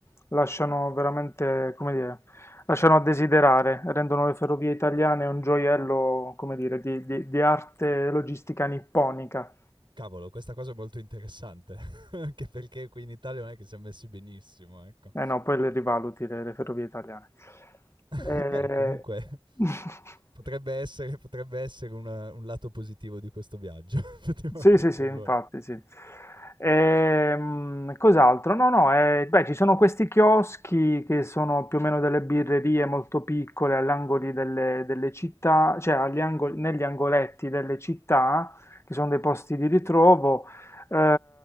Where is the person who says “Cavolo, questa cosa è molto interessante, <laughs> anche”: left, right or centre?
Right